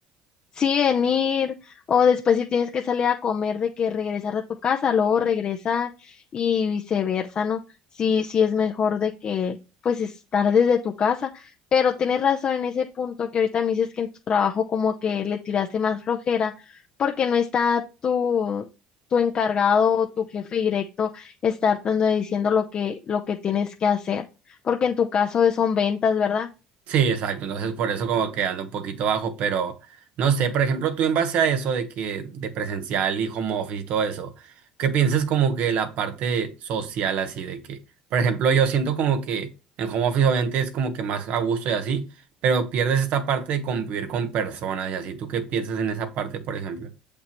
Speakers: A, on the left; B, on the right.
A: Sí, venir, o después si tienes que salir a comer, de que regresar a tu casa, luego regresar y viceversa, ¿no? Sí, sí es mejor de que pues estar desde tu casa, pero tienes razón en ese punto que ahorita me dices que en tu trabajo como que le tiraste más flojera porque no está tu tu encargado o tu jefe directo estar dando diciendo lo que lo que tienes que hacer, porque en tu caso son ventas, ¿verdad?
B: Sí, exacto. Entonces, por eso como que ando un poquito bajo, pero no sé, por ejemplo, tú en base a eso de que de presencial y home office y todo eso, ¿qué piensas como que la parte social así de que, por ejemplo, yo siento como que en home office obviamente es como que más a gusto y así, pero pierdes esta parte de convivir con personas y así. ¿Tú qué piensas en esa parte, por ejemplo?